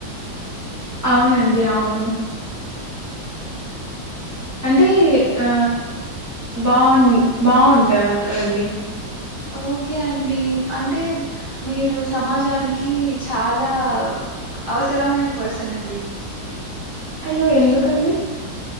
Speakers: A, on the right (about 25°); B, on the right (about 80°).
A: అవునండి అవును అంటే ఆ బాగు బాగుంట అండి
B: ఓకే అండి అంటే మీరు సమాజానికి చాలా అవసరమైన పర్సన్ అండి
A: అయ్యో ఎందుకండి